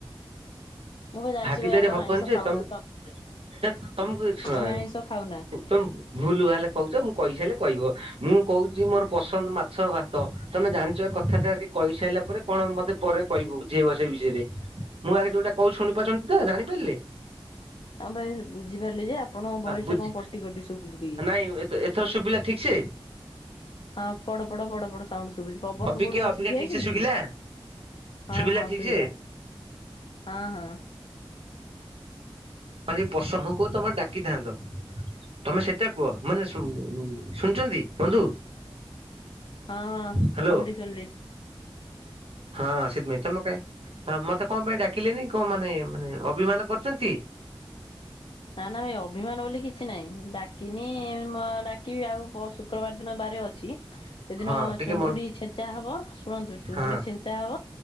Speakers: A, on the left (about 65°); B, on the right (about 75°).
A: ମୁଁ ବା ଜାଣିଛି
B: ଭାଗିଦାରୀ
A: ଭାଇ ଆପଣ
B: ହବନି
A: ଆଇଁଷ
B: ଯେ
A: ଖାଉନା
B: ତମେ ତମକୁ ଶଣ
A: ତମେ ଆଇଁଷ ଖାଉନା।
B: ତମେ ଭୁଲ ବା ହେଲେ କହୁଛ ମୁଁ କହିସାରିଲେ କହିବ ମୁଁ କହୁଛି ମୋର ପସନ୍ଦ ମାଛ ଭାତ ତମେ ଜାଣିଛ ଏ କଥାଟା କହିସାରିଲା ପରେ କଣ ମତେ ପରେ କହିବୁ ବୁଝେଇବ ସେଇ ବିଷୟରେ ମୁଁ ଆଗେ ଯୋଉଟା କୋଉ ଶୁଣିପାରୁଛନ୍ତି ତ ଜାଣିପାରିଲି
A: ହଁ ଭାଇ ବୁଝି ପାରିଲି ଯେ ଆପଣଙ୍କ ଭୟସ
B: ବୁଝି
A: ଟା କଣ କଟି କଟି ସୁ ବୁଝି ଟିକେ
B: <inaudible> ଏଥର ସବିଲା ଠିକଛ
A: ହଁ ପଡ ପଡ ପଡ ପଡ ସାଉଣ୍ଡ ଶୁଭୁଛି ପବନ
B: ଅବିକା
A: କୋଉଠି ଅଛି
B: ଅବିକା
A: ଠିଆ
B: ଠିକ
A: ହେଇଛନ୍ତି
B: ସେ ଶୁଭିଲା
A: କି ହଁ
B: ଶୁଭିଲା
A: ହଁ
B: ଠିକ
A: ଶୋଇିଲା
B: ସେ
A: ହଁ ହଁ
B: ତର ପସ ମୁ କହୁ ତମେ ଡାକିଥାନ୍ତ ତମେ ସେ କେତ କୁହ ମାନେ ଶୁଣଛନ୍ତି ବନ୍ଧୁ
A: ହଁ ଶୁଣିଲଲି
B: ହ୍ୟାଲୋ
A: ଶୁଣିଲଲି
B: ହଁ ସେଥିପାଇଁ ତମେ କ ମତେ କଣ ପାଇଁ ଡାକିଲେନି କଣ ମାନେ ମାନେ ଅଭିମାନ କରୁଛନ୍ତି
A: ନା ନା ଭାଇ ଅଭିମାନ ବୋଲି କିଛି ନହିଁ ଡାକିନି ଡାକିବି ଆଉ ପଶୁ ଶୁକ୍ରବାର ଦିନ ବହାରେ ଅଛି ସେଦିନ
B: ହଁ ଟିକେ
A: ଚୁଙ୍ଗୁଡ଼ି
B: ମ
A: ଛେଚା ହବ ଶୁଣନ୍ତୁ ଚୁଙ୍ଗୁଡ଼ି
B: ହଁ
A: ଛେଚା ହବ।